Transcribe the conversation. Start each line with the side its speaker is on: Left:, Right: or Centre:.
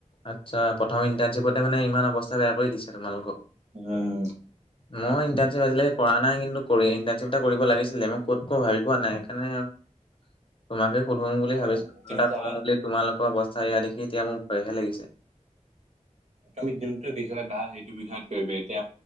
Left: আচ্ছা, প্ৰথম ইণ্টাৰ্ণশ্বিপতে মানে ইমান অৱস্থা বেয়া কৰি দিছে তোমালোকক।
Right: উম।
Left: মই ইণ্টাৰ্শিপ আজিলৈকে কৰা নাই কিন্তু ইণ্টাৰ্ণশ্বিপ এটা কৰিব লাগিছিলে, মই ক'ত কৈ ভাবি পোৱা নাই সেইকাৰনে <inaudible> তোমাকে সুধোম বুলি
Right: তুমি
Left: ভাবিছিলো ফোন
Right: তুমি
Left: এ,
Right: চাবা
Left: কম বুলি, তোমালোকৰ অৱস্থা ইয়া দেখি এতিয়া মোৰ ভয়হে লাগিছে।
Right: তুমি যোনটো বিষয়ত ভাল সেইটো বিষয়ত কৰিবা। এতিয়া